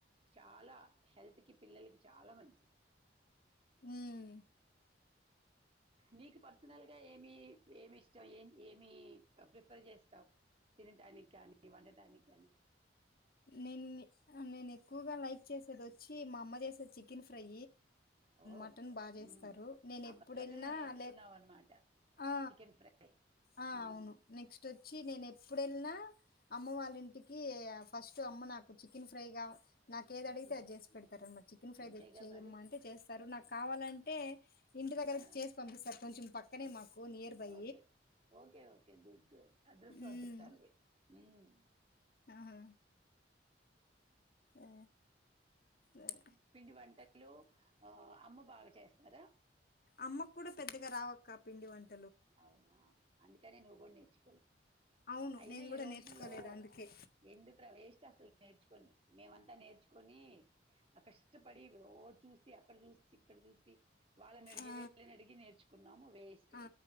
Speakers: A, on the right; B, on the left.
A: చాలా హెల్త్కి పిల్లలకి చాలా మంచిది.
B: ఉమ్
A: నీకు పర్సనల్ గా ఏమి, ఏమి ఇష్టం ఏం ఏమి ప్రిఫర్ చేస్తావ్, తినటానికి కానీ వండటానికి కానీ.
B: నేను నేను ఎక్కువగా లైక్ చేసేది వచ్చి, మా అమ్మ చేసేది చికెన్ ఫ్రై
A: ఓ
B: మటన్ బా చేస్తారు
A: మ్మ్.
B: నేను
A: అమ్మ
B: ఎప్పుడై
A: దగ్గరే
B: నిన్న
A: నేర్చుకున్నావు
B: లే
A: అనమాట
B: అ
A: చికెన్ ఫ్రై
B: ఆ
A: మ్మ్.
B: అవును నెక్స్ట్ వచ్చి నేను ఎప్పుడు వెళ్ళిన అమ్మ వాళ్ళ ఇంటికి ఫస్ట్ అమ్మ నాకు చికెన్ ఫ్రైగా నాకు ఏది అడిగితే
A: మ్మ్.
B: అది చేసి పెడతారు అనమాట, చికెన్ ఫ్రై
A: అంతేగా
B: తెచ్చేయమ్మ
A: మరి
B: అంటే చేస్తారు, నాకు కావాలంటే ఇంటి దగ్గరకి
A: ఆ,
B: <unintelligible> సార్ కొంచం పక్కనే మాకు near by
A: okay okay okay good good అదృష్టవంతులు
B: ఉమ్.
A: అండి మ్
B: ఆహా. ఆ, సరే
A: పిండి వంటల్లో ఆ అమ్మ బాగా చేస్తారా
B: అమ్మకు కూడా పెద్దగా రావక్క పిండి వం
A: అవునా అందుకనే నువ్వు కూడా నేర్చు
B: అవును
A: అయినా
B: నేను
A: ఈ
B: కూడా
A: రోజుల్లో,
B: నేర్చుకోలేదు అందుకే
A: ఎందుకు రా వేస్ట్ అసలు నేర్చుకొని, మేమంతా నేర్చుకొని కష్టపడి ఓ చూసి అక్కడ చూసి, ఇక్కడ చూసి వాళ్ళని అడిగి
B: ఆ
A: విళ్ళని అడిగి నేర్చుకున్నాము వేస్ట్
B: ఆ